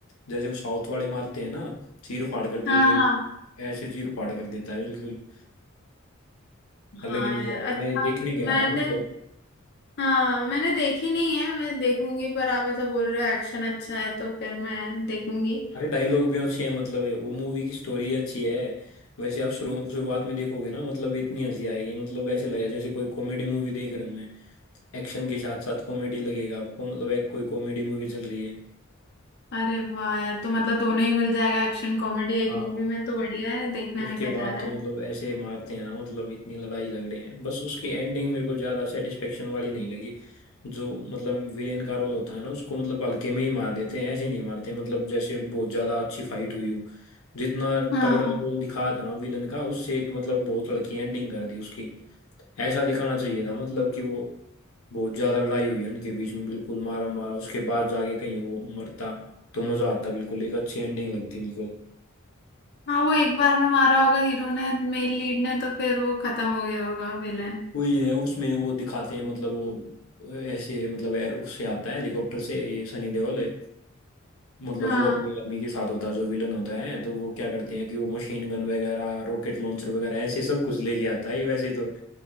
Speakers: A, on the left (about 80°); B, on the left (about 55°).
A: जैसे वो साउथ वाले मारते हैं ना चीर फाड़ कर देते
B: हाँ
A: हैं
B: हाँ
A: ऐसे चीर फाड़ कर देता है बिल्कुल अलग
B: हाँ
A: ही
B: यार
A: मजा आया
B: अच्छा
A: मैं देखने गया
B: मैंने
A: था मतलब
B: हाँ मैंने देखी नहीं है मैं देखूंगी पर आप ऐसा बोल रहे हो एक्शन अच्छा है तो फिर मैं देखूंगी
A: अरे डायलॉग भी अच्छे हैं मतलब है वो मूवी की स्टोरी अच्छी है वैसे आप शुरू शुरुआत में देखोगे ना मतलब इतनी हंसी आएगी मतलब ऐसे लगेगा जैसे कोई कॉमेडी मूवी देख रहा हूं मैं एक्शन के साथ साथ कॉमेडी लगेगा आपको मतलब एक कोई कॉमेडी मूवी चल रही है
B: अरे वाह यार तो मतलब दोनों ही मिल जाएगा एक्शन कॉमेडी एक
A: हाँ
B: मूवी में तो बढ़िया है देखने
A: उसके
B: में क्या
A: बाद
B: जा रहा
A: तो
B: है
A: मतलब ऐसे मारते हैं ना मतलब इतनी लड़ाई झगड़े हैं बस उसकी एंडिंग मेरे को ज्यादा सेटिस्फेक्शन वाली नहीं लगी जो मतलब विलेन का रोल होता है ना उसको मतलब हल्के में ही मार देते हैं ऐसे नहीं मारते मतलब जैसे बहुत ज्यादा अच्छी फाइट हुई हो जितना
B: हाँ
A: तगड़ा रोल दिखा था ना विलेन का उससे एक मतलब बहुत हल्की एंडिंग कर दी उसकी ऐसा दिखाना चाहिए था मतलब कि वो बहुत ज्यादा लड़ाई हुई है उनके बीच में बिल्कुल मारा मारा उसके बाद जाके कहीं वो मरता तो मजा आता बिल्कुल एक अच्छी एंडिंग लगती बिल्कुल
B: हाँ वो एक बार में मारा होगा हीरो ने मेन लीड ने तो फिर वो खत्म हो गया होगा विलन
A: वही है उसमें वो दिखाते हैं मतलब वो अ, ऐसे मतलब एयर उससे आता है हेलीकॉप्टर से ये सनी देओल है, मतलब
B: हाँ
A: वो अपने आदमी के साथ होता है जो विलन होता है तो वो क्या करते हैं कि वो मशीन गन वगैरह रॉकेट लॉन्चर वगैरह ऐसे सब कुछ लेके आता है ये वैसे तो